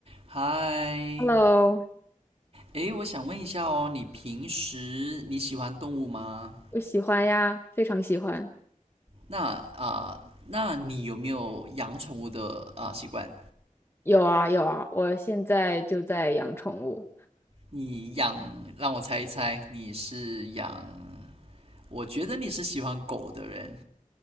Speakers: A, on the right (about 45°); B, on the left (about 15°).
A: 嗨，
B: Hello，
A: 诶，我想问一下哦，你平时你喜欢动物吗？
B: 我喜欢呀，非常喜欢。
A: 那啊、呃那你有没有养宠物的啊、呃习惯？
B: 有啊有啊，我现在就在养宠物。
A: 你养，让我猜一猜，你是养？我觉得你是喜欢狗的人，